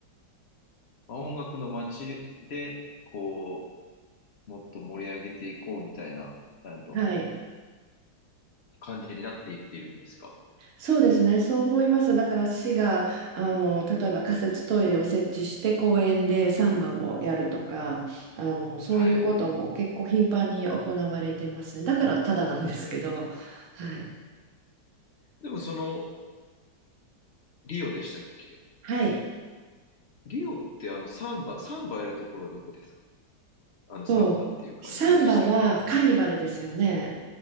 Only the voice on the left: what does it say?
まあ音楽の街で、こう、もっと盛り上げていこうみたいな、あの、
感じになっていっているんですか。
はい。
え
ー、でもその、リオでしたっけ
リオってあのサンバ、サンバやるところはどこですかあのサンバっていうか、
あれ何でしたっけ